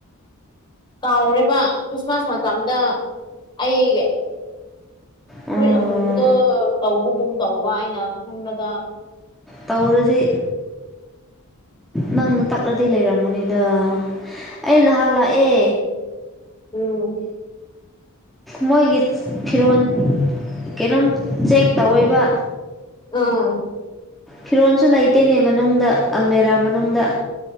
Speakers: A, on the left; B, in the centre.
A: ꯀꯥꯎꯔꯤꯕ ꯈ꯭ꯔꯤꯁꯃꯥꯁ ꯃꯇꯝꯗ ꯑꯩ
B: ꯑꯣ
A: ꯐꯨꯔꯤꯠ ꯑꯃꯨꯕꯗꯣ ꯇꯧꯕꯒꯨꯝ ꯇꯧꯕ ꯑꯩꯅ ꯍꯨꯟꯕꯗ
B: ꯇꯋꯔꯗꯤ ꯅꯪꯅ ꯇꯛꯂꯗꯤ ꯂꯩꯔꯝꯒꯨꯅꯤꯗ ꯑꯩ ꯅꯍꯥꯟ ꯂꯥꯛꯑꯦ
A: ꯎꯝ
B: ꯃꯣꯏꯒꯤ ꯐꯤꯔꯣꯜ ꯀꯩꯅꯣꯝ ꯆꯦꯛ ꯇꯧꯋꯦꯕ
A: ꯑꯥ
B: ꯐꯤꯔꯣꯜꯁꯨ ꯂꯩꯇꯦꯅꯦ ꯃꯅꯨꯡꯗ ꯑꯜꯃꯦꯔꯥ ꯃꯅꯨꯡꯗ